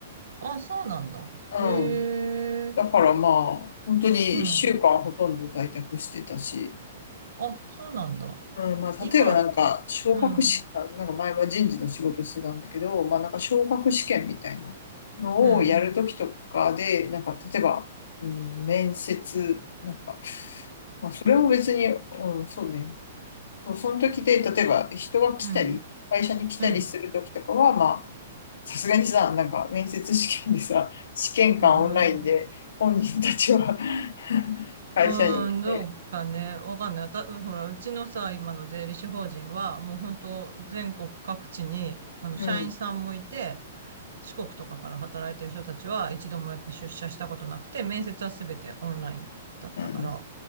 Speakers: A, on the right; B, on the left.
A: あ、そうなんだ。
B: うん。
A: へえ。
B: だからまあ、本当に一週間ほとんど在宅してたし、
A: うん。あ、そうなんだ。
B: うん、まあ、
A: 今、
B: 例えばなんか、昇格試験、
A: うん、
B: なんか前は人事の仕事してたんだけど、まあなんか昇格試験みたいなのをやるときとかで、
A: うん、
B: なんか例えば、うん、面接、なんか、まあ、それを別に、うん、そうね、そう、その時で、例えば人が来たり、
A: うん、
B: 会社に来たりするときとかは、
A: うん。
B: まあ、さすがにさ、なんか面接試験でさ、<laughs> 試験官オンラインで本人たちは
A: ま
B: <laughs> 会社にね、
A: あ、うーん、どうかね。わかんない。た、ほら、うちのさ、今の税理士法人は、もう本当全国各地に、あの、
B: うん、
A: 社員さんもいて、四国とかから働いてる人たちは、一度もやっぱ出社したことなくて、面接はすべてオンラインだったから、
B: うん